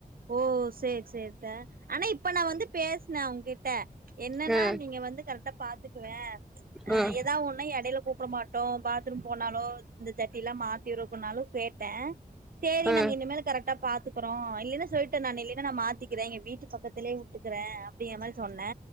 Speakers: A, on the right; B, in the centre.
A: ஓ செரி செரித்த ஆனா இப்ப நா வந்து பேசினேன் உங்ககிட்ட என்னன்னா
B: ம்
A: நீங்க வந்து கரெக்டா பாத்துக்குவ ஆ
B: ம்
A: ஏதாவது ஒண்ணு நா இடையில கூப்பிட மாட்டோம் பாத்ரூம் போனாலோ இந்த ஜட்டி எல்லா மாத்தி இருக்கும்னாலும் கேட்ட செரி
B: ம்
A: நாங்க இனிமேல் கரெக்டா பா இக்கறோம் இல்லன்னா சொல்லிட்டு நானு இல்லலைன்னா நா மாத்திக்கிறேன் எங்க வீட்டு பக்கத்திலயே விட்டுக்கறே அப்படிங்க மாரி சொன்னே